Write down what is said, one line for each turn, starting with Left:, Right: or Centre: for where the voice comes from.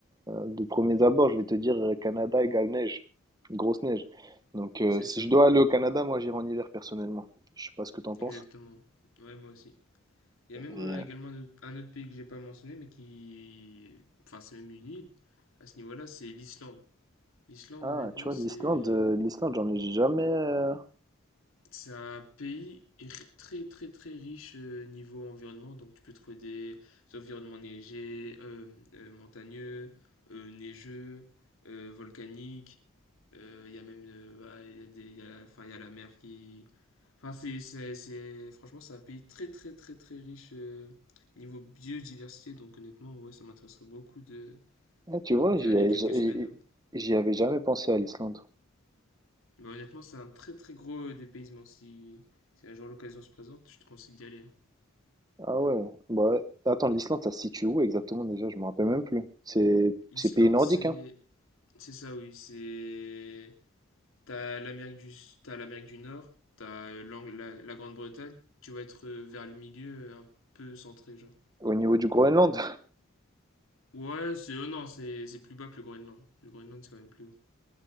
Right: de premiers abords, je vais te dire euh, Canada égale neige, grosse neige. Donc, euh,
Left: C'est
Right: si
Left: ça,
Right: je dois aller au Canada, moi, j'irai en hiver, personnellement. Je sais pas ce que t'en penses.
Left: exactement. Ouais, moi aussi. Il y a même
Right: Et,
Left: euh,
Right: euh,
Left: également un autre- un autre pays que j'ai pas mentionné, mais qui... Enfin, c'est même une île à ce niveau-là, c'est l'Islande. L'Islande,
Right: ah,
Left: honnêtement,
Right: tu vois,
Left: c'est
Right: l'Islande, euh, l'Islande, j'en ai jamais. euh,
Left: c'est un pays très très très riche euh, niveau environnement, donc tu peux trouver des environnements neigés, euh, euh, montagneux, euh, neigeux, euh, volcaniques. Euh, Il y a même euh, bah, il y a des, il y a la, enfin, il y a la mer qui... Enfin, c'est, c'est, c'est- franchement, c'est un pays très très très très riche euh, niveau biodiversité, donc honnêtement, ouais, ça m'intéresserait beaucoup de
Right: ah, tu vois,
Left: d'y
Right: j'y
Left: aller
Right: ai-
Left: quelques
Right: j'y
Left: semaines, ouais.
Right: j'y avais jamais pensé à l'Islande.
Left: Mais honnêtement, c'est un très très gros dépaysement. Si, si un jour l'occasion se présente, je te conseille d'y aller.
Right: Ah ouais. Bah, ouais. attends, l'Islande, ça se situe où exactement déjà? Je me rappelle même plus. C'est
Left: L'Islande,
Right: c'est pays nordique,
Left: c'est
Right: hein?
Left: c'est ça, oui. C'est t'as l'Amérique du t'as l'Amérique du Nord, t'as l'Ang- la, la Grande-Bretagne. Tu vas être euh, vers le milieu, euh, un peu centré, genre.
Right: Au niveau du Groenland?
Left: Ouais, c'est oh non, c'est c'est plus bas que le Groenland. Le Groenland, c'est quand même plus haut.